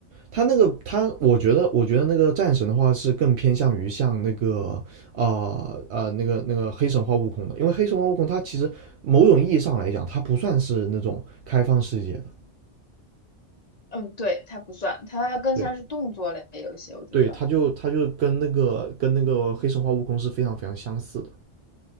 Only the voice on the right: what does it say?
他那个他，我觉得我觉得那个《战神》的话是更偏向于像那个呃呃那个那个黑神话悟空的，因为黑神话悟空它其实某种意义上来讲，它不算是那种开放世界的。
对，
对，它就它就跟那个跟那个黑神话悟空是非常非常相似的。